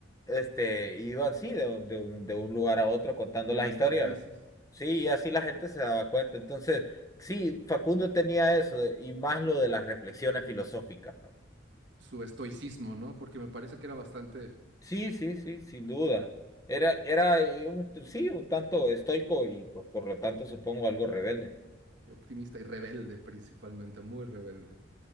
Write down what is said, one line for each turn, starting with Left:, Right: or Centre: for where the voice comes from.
Left: este, iban, sí, de, de un, de un lugar a otro contando
Right: llevando
Left: las historias.
Right: noticias.
Left: Sí, y así la gente se daba cuenta. Entonces, sí, Facundo tenía eso, de- y más lo de las reflexiones filosóficas, ¿no?
Right: Su estoicismo, ¿no? Porque me parece que era bastante
Left: Sí, sí, sí, sin duda. Era, era eh, un, sí, un tanto estoico y pues, por lo tanto supongo algo rebelde.
Right: optimista y rebelde principalmente, muy rebelde.